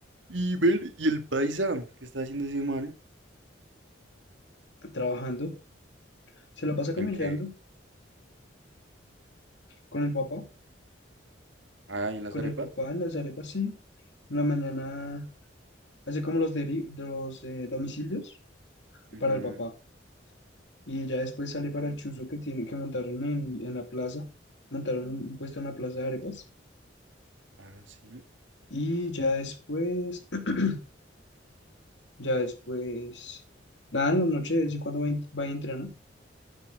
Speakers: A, on the right; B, on the left.
A: y ver, y el paisa, ¿qué está haciendo ese man?
B: trabajando, se la pasa camellando.
A: ¿En qué?
B: con el papá,
A: Ah, ¿y en las
B: con
A: arepas?
B: arepa, sí. En la mañana hace como los, deri- de los eh, domicilios
A: Ujú.
B: para el papá. Y ya después sale para el chuzo que tiene que montaron en, en la plaza. Montaron un, un puesto en la plaza de arepas.
A: Ah, sí.
B: Y ya después, <clears throat> ya después, nada, en la noche de vez en cuando va, a en- va y entrena,